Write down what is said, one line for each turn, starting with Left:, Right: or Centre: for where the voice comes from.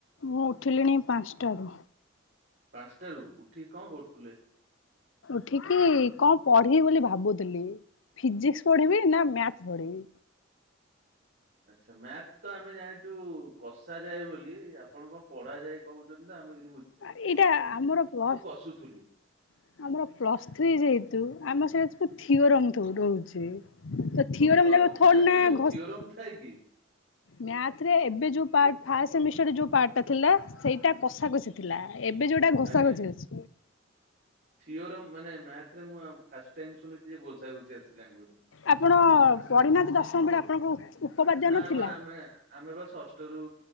Left: ମୁଁ ଉଠିଲିଣି ପାଞ୍ଚଟାରୁ
Right: ପାଞ୍ଚଟାରୁ ଉଠି କଣ କରୁଥିଲେ?
Left: ଉଠିକ କଣ ପଢିବି ବୋଲି ଭାବୁଥିଲି? ଫିଜିକ୍ସ୍ ପଢିବି ନା ମ୍ୟାଥ୍ ପଢିବି?
Right: ଆଚ୍ଛା ମ୍ୟାଥ ତ ଆମେ ଜାଣିଚୁ କଷାଯାଏ ବୋଲି ଆପଣ କଣ ପଢାଯାଏ କୋହୁଚନ୍ତି ନା ଆମେ କି
Left: ଆରେ ଏଇଟା ଆମର ପ୍ଲସ୍-ଆମର
Right: କଷୁଥିଲୁ
Left: ପ୍ଲସ୍ ଥ୍ରୀ ଯେହେ ତୁ ଆମ ସେଇଡା ସବୁ ଥିଓରି ରାଙ୍କ ରହୁଛି। ତ ଥିଓରି
Right: ଆଉ ପ୍ଲ
Left: ଆମେ ତାକୁ ଥୋଡିନା
Right: ମ୍ୟାଥ୍ ରେ ସବୁ
Left: ଘୋଷ୍
Right: ଥିଓରମ୍ ଥାଏ କି?
Left: ମ୍ୟାଥରେ ଏବେ ଯୋଉ ପାଟ୍-ଫାଷ୍ଟ ସେମିଷ୍ଟାରରେ ଯୋଉ ପାର୍ଟଟା ଥିଲା ସେଇଟା କଷାକଷି ଥିଲା। ଏବେ ଯୋଉଟା ଘୋଷାଘୋଷି
Right: ଆଜ୍ଞା
Left: ଅଛି।
Right: ଥିଓରିର ମାନେ ମ୍ୟାଥରେ ମୁଁ ଆ ଫାଷ୍ଟ୍ ଟାଇମ୍ ଶୁଣୁଚି ଯେ ଘୋଷାଘୋଷି ଆସିଲାଣି ବୋଲି।
Left: ଆପଣ ପଢିନାହାନ୍ତି ଦଶମ ବେଳେ ଆପଣଙ୍କ ଉପପାଦ୍ୟ
Right: ନାପା
Left: ନଥିଲା?
Right: ଆମେ-ଆମେ ପା ଷଷ୍ଠରୁ